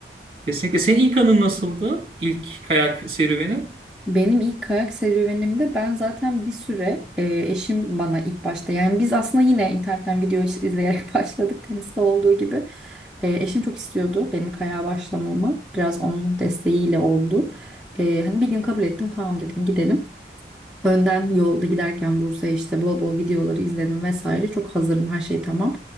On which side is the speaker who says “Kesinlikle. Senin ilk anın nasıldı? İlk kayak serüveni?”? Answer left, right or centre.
Right